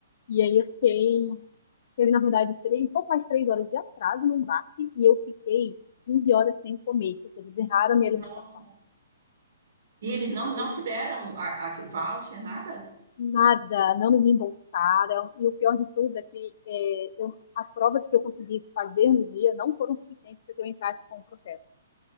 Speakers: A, on the left (about 45°); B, on the right (about 65°).
A: e aí eu fiquei, teve na verdade três, um pouco mais de três horas de atraso no embarque e eu fiquei 15 horas sem comer, porque eles erraram minha
B: Nossa.
A: alimentação.
B: E eles não, não
A: Horrível.
B: te deram a, a voucher, nada?
A: Nada, não me reembolsaram e o pior de tudo é que é, eu, as provas que eu consegui fazer no dia não foram suficientes para que eu entrasse com o processo.